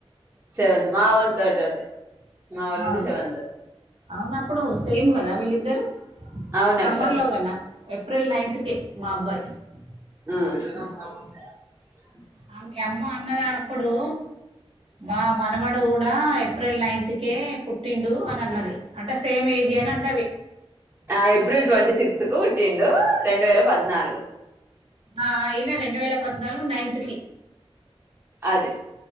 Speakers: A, on the right (about 20°); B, on the right (about 65°).
A: సెవెంత్, మావోన్ తోటోడే మావోడు గుడ
B: ఆ
A: సెవెంత్
B: అవునప్పుడు సేమ్ గదా వీళ్ళిద్దరు
A: అవునక్క
B: సమ్మర్ లో కన్న, ఏప్రిల్ నైన్త్ కే మా అబ్బాయి.
A: ఉమ్
B: అ మీ అమ్మ అన్నదా అప్పుడు మా మనమడు గుడా ఏప్రిల్ నైన్త్కే పుట్టిండు అని అన్నది. అంటే సేమ్ ఏజేనా అంటది
A: ఆ ఏప్రిల్ ట్వంటీ సిక్స్త్ కు పుట్టిండు రెండు వేల పద్నాలుగు
B: ఆ ఈయినా రెండు వేల పద్నాలుగు నైన్త్ కి
A: అదే